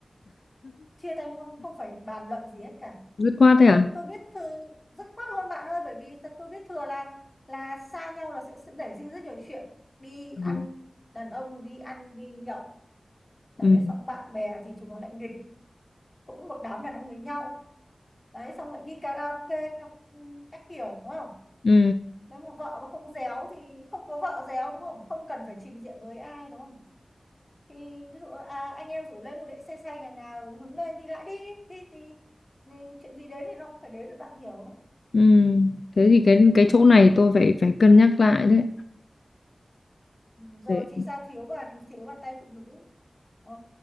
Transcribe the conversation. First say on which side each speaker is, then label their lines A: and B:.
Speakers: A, on the left (about 35°); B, on the left (about 80°).
A: chia tay luôn không phải bàn luận gì hết cả
B: dứt khoát
A: Vậy
B: thế à
A: tôi tôi biết thư rất khoát luôn bạn ơi bởi vì tôi biết thừa là là xa nhau là sẽ, sẽ nảy sinh rất nhiều chuyện đi ăn
B: Ờ,
A: đàn ông thì đi ăn đi nhậu đấy
B: ừ
A: xong bạn bè thì chúng nó lại nghịch cũng một đám đàn ông với nhau đấy xong lại đi karaoke các, các kiểu đúng không
B: ừ
A: nếu mà vợ mà không réo thì không có vợ réo đúng không không cần phải trình diện với ai đúng không thì ví dụ à, anh em rủ lên dù để xe xe nhà nhà rồi hứng lên thì lại đi đi thì, thì chuyện gì đến thì nó cũng phải đến rồi bạn hiểu
B: ừ thế thì cái cái chỗ này tôi phải phải cân nhắc lại đấy
A: Ừ, rồi
B: để
A: thì sao thiếu bàn thiếu bàn tay phụ nữ Ờ,